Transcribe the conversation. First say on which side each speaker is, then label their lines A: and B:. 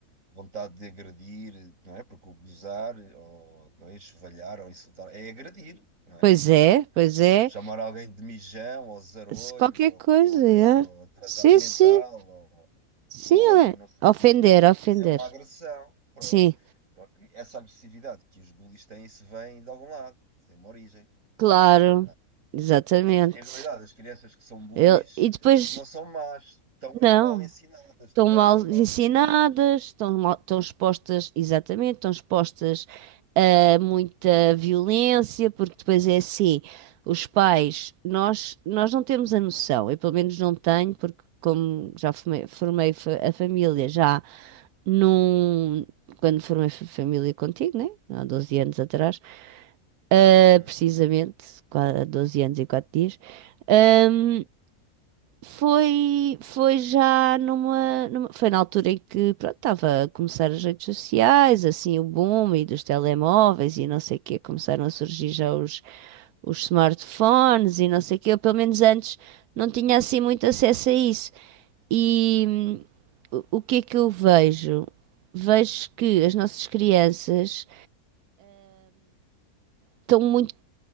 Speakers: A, on the right (about 60°); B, on the right (about 85°).
A: vontade de agredir, não é? Porque o gozar, ou não é? enxovalhar ou insultar, é agredir, não é?
B: Pois
A: Aquilo,
B: é, pois é.
A: chamar alguém de mijão, ou zarolho,
B: Se qualquer
A: ou
B: coisa,
A: coxo,
B: yeah.
A: ou atrasado
B: Sim,
A: mental,
B: sim.
A: ou
B: Sim,
A: porco,
B: é.
A: não sei
B: Ofender,
A: o quê,
B: ofender.
A: isso é uma agressão, pronto.
B: Sim.
A: Então, essa agressividade que os bullies têm, se vem de algum lado, tem uma origem,
B: Claro.
A: não é? Ou
B: Exatamente.
A: seja, em realidade, as crianças que são bullies
B: Ele... E depois,
A: não são más, estão
B: não.
A: é mal ensinadas,
B: Estão
A: tiveram
B: mal
A: foi mal
B: ensinadas,
A: exemplos.
B: estão mal, estão expostas, exatamente, estão expostas eh, muita violência, porque depois é assim, os pais, nós, nós não temos a noção, eu pelo menos não tenho, porque como já formei, formei fa- a família, já num, quando formei fa- família contigo, né? Há 12 anos atrás, eh,
A: Uhum.
B: precisamente, qua- 12 anos e 4 dias, hum, foi, foi já numa, numa- Foi na altura em que, pronto, estava a começar as redes sociais, assim, o boom e dos telemóveis e não sei o quê. Começaram a surgir já os, os smartphones e não sei o quê. Eu, pelo menos antes, não tinha assim muito acesso a isso. E hum, o o que é que eu vejo? Vejo que as nossas crianças estão muito.